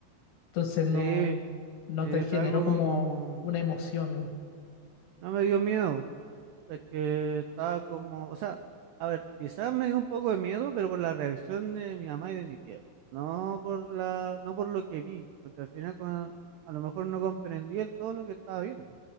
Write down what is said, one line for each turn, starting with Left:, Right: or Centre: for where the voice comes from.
Left: Entonces
Right: Sí,
Left: no, no
Right: Eh,
Left: te generó
Right: fue algo
Left: como
Right: como,
Left: una emoción.
Right: no me dio miedo, porque estaba como, o sea, a ver, quizás me dio un poco de miedo, pero por la reacción de mi mamá y de mi tío, no por la, no por lo que vi, porque al final cuando- a lo mejor no comprendí el todo lo que estaba viendo,